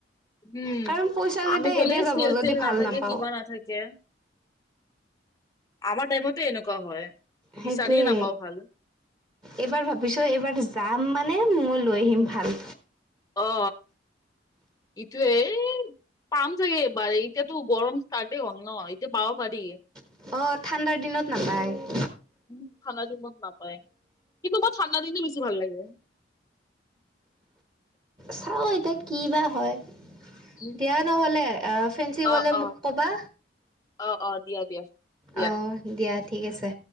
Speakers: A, on the left; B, on the right.
A: উম
B: কাৰণ পইচা কেইটা
A: আমি গ'লে
B: এনে যাব
A: চেল-তেল
B: যদি
A: নাথাকে,
B: ভাল নাপাওঁ
A: কিবা নাথাকে। আমাৰ টাইমতে এনেকুৱা হয়।
B: সেইটোৱে।
A: বিচাৰিয়ে নাপাও ভাল
B: এইবাৰ ভাবিছোঁ এইবাৰ যাম মানে মই লৈ আহিম ভাল।
A: অ ইটোৱে এই পাম চাগে এবাৰে, এতিয়াতো গৰম ষ্টাৰ্টেই হ'ল ন? এতিয়া পাব পাৰি।
B: অ ঠাণ্ডাৰ দিনত নাপায়।
A: উম ঠাণ্ডা দিনত নাপায়। কিন্তু মই ঠাণ্ডা দিন বেছি ভাল লাগে।
B: চাও এতিয়া কিবা হয়।
A: উম
B: দিয়া নহ'লে আহ ফেঞ্চি
A: অ
B: গ'লে
A: অ
B: মোক কবা।
A: অ অ দিয়া দিয়া দিয়া
B: অ দিয়া ঠিক আছে।